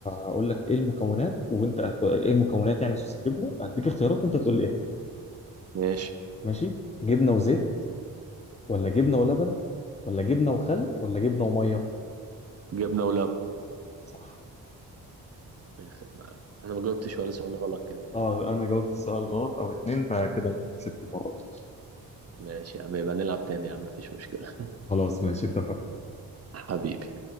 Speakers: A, on the left; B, on the right.
A: هقول لك ايه المكونات وانت هت- ايه مكونات يعني صوص الجبنه هديك اختيارات وانت تقول لي ايه
B: ماشي
A: ماشي جبنه وزيت ولا جبنه ولبن ولا جبنه وخل ولا جبنه وميه
B: جبنة ولبن
A: صح
B: أي خدمة يا عم. أنا ما جاوبتش ولا سؤال غلط كده
A: اه انا جاوبت السؤال غلط او اتنين فكده انت كسبت المره دي
B: ماشي يا عم يبقى نلعب تاني يا عم مفيش مشكلة
A: خلاص ماشي اتفق
B: <laughs> حبيبي